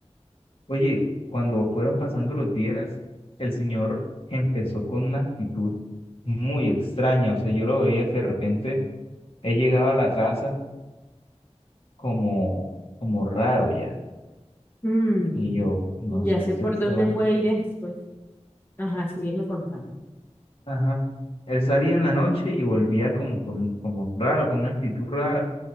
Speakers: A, on the left (about 55°); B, on the left (about 20°).
A: Oye, cuando fueron pasando los días, el señor empezó con una actitud muy extraña, o sea, yo lo veía que de repente él llegaba a la casa como, como raro ya,
B: mm,
A: y yo, no
B: ya
A: sé,
B: sé
A: este,
B: por
A: este
B: dónde
A: man
B: puede
A: que...
B: ir después. Ajá, sí, ya me contaron.
A: Ajá. Él salía en la noche y volvía como, con- como raro, con una actitud rara,